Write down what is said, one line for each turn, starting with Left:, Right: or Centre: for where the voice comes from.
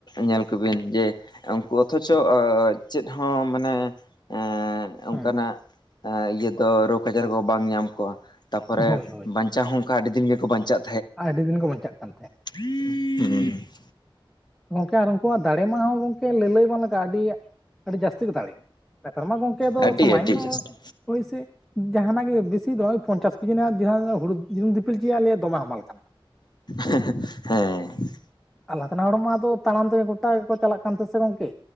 Left: ᱧᱮᱞ ᱠᱚᱵᱤᱱ ᱡᱮ ᱩᱱᱠᱩ ᱚᱛᱷᱚᱪᱚ ᱟᱸᱻᱪᱮᱫ ᱦᱚᱸ ᱢᱟᱱᱮ ᱮᱸᱻ ᱚᱝᱠᱟᱱᱟᱜ
Centre: ᱦᱮᱸ
Left: ᱤᱭᱟᱹ ᱫᱚ ᱨᱳᱜᱽ ᱟᱡᱟᱨ ᱠᱚ ᱵᱟᱝ ᱧᱟᱢ ᱠᱚᱣᱟ ᱛᱟᱯᱚᱨᱮ
Centre: ᱦᱳᱭ
Left: ᱵᱟᱧ ᱪᱟᱣ ᱦᱚᱸ ᱚᱱᱠᱟ ᱟᱹᱰᱤ ᱫᱤᱱ ᱜᱮᱠᱚ ᱵᱟᱧᱪᱟᱜ
Centre: ᱟᱨ ᱟᱹᱰᱤ ᱫᱤᱱ ᱠᱚ ᱵᱟᱧᱪᱟᱜ ᱠᱟᱱ ᱛᱟᱦᱮᱸᱜ᱾
Left: ᱦᱩᱸ ᱦᱩᱸ,
Centre: ᱜᱚᱝᱠᱮ ᱟᱨ ᱩᱱᱠᱩᱣᱟᱜ ᱫᱟᱲᱮ ᱢᱟ ᱦᱚᱸ ᱜᱚᱝᱠᱮ ᱞᱟᱹᱞᱟᱹᱭ ᱵᱟᱝ ᱞᱟᱜᱟ-ᱟ ᱟᱹᱰᱤ ᱟᱹᱰᱤ ᱡᱟᱹᱥᱛᱤ ᱜᱮ ᱫᱟᱲᱮ, ᱱᱮᱛᱟᱨ ᱢᱟ ᱜᱚᱝᱠᱮ ᱟᱫᱚ
Left: ᱟᱹᱰᱤ
Centre: ᱥᱟᱢᱟᱱᱱᱚ,
Left: ᱟᱹᱰᱤ ᱡᱟᱹᱥᱛᱤ
Centre: ᱦᱳᱭ ᱥᱮ᱾ ᱡᱟᱦᱟᱱᱟᱜ ᱜᱮ ᱵᱮᱥᱤ ᱫᱚ ᱵᱟᱝ ᱳᱭ ᱯᱚᱧᱪᱟᱥ ᱠᱮᱡᱤ ᱱᱟᱜ <inaudible> ᱦᱩᱲᱩ ᱡᱩᱫᱤᱢ ᱫᱤᱯᱤᱞ ᱪᱚᱭᱟ ᱞᱟᱹᱭᱟ ᱫᱚᱢᱮ ᱦᱟᱢᱟᱞ ᱠᱟᱱᱟ᱾ <inaudible>
Left: ᱦᱮᱸ᱾
Centre: ᱟᱨ ᱞᱟᱦᱟᱛᱮ ᱨᱮᱱ ᱦᱚᱲ ᱢᱟ ᱟᱫᱚ ᱛᱟᱲᱟᱢ ᱛᱮᱜᱮ ᱜᱚᱴᱟ ᱜᱮᱠᱚ ᱪᱟᱞᱟᱜ ᱠᱟᱱ ᱛᱟᱦᱮᱸᱜ ᱥᱮ ᱜᱚᱝᱠᱮ᱾